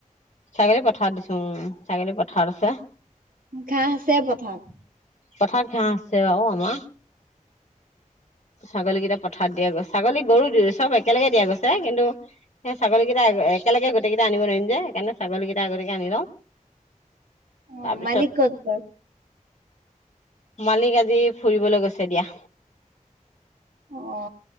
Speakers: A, on the left; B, on the right.
A: ছাগলী পথাৰ দিছো, উ ছাগলী পথাৰত আছে।
B: ঘাঁ আছে পথাৰত৷
A: পথাঅত ঘাঁ আছে বাউ আমা ছাগলীকেইটা পথাৰত দিয়া গৈছ ছাগলী গৰু চব একেলগে দিয়া গৈছে কিন্তু সেই ছাগলীকেইটা একেলগে গোটেইকেইটা আনিব নোৱাইম যে সেইকাণে ছাগলীকেইটা আগতীয়কে আনি লওঁ
B: অ
A: তাৰপিছত
B: মালিক কত গল
A: মালিক আজি ফুৰিবলৈ গৈছে দিয়া
B: অ